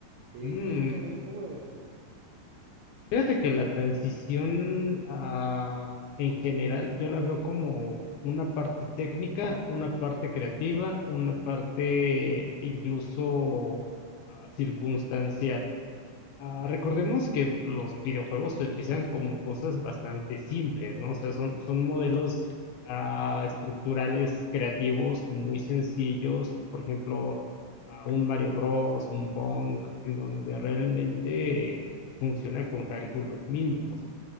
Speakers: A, on the right (about 80°); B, on the left (about 80°).
A: Eh,
B: Mm,
A: ¿cómo lo ves, cómo lo ves tú?
B: fíjate que la transición, ah, en general, yo la veo como una parte técnica, una parte creativa, una parte incluso, ah, circunstancial. Ah, recordemos que los videojuegos empiezan como cosas bastante simples, ¿no? O sea, son, son modelos ah, estructurales creativos muy sencillos, por ejemplo, ah, un Mario Bros, un Pong, en donde realmente funciona con cálculos mínimos